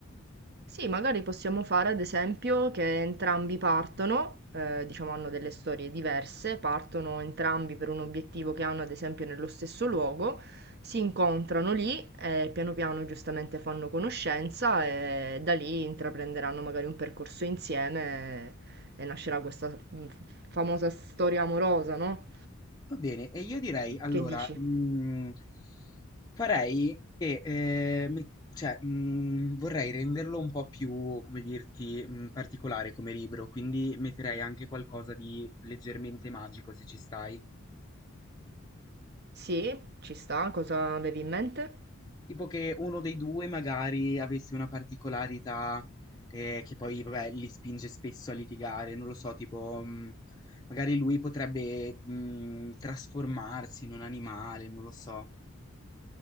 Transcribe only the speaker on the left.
Va bene, e io direi allora,
mm, farei che, eh, met- cioè, mm, vorrei renderlo un po' più, come dirti, mm, particolare come libro, quindi metterei anche qualcosa di leggermente magico se ci stai.
Tipo che uno dei due magari avesse una particolarità eh, che poi vabbè, li spinge spesso a litigare, non lo so, tipo mh, magari lui potrebbe mh, trasformarsi in un animale, non lo so.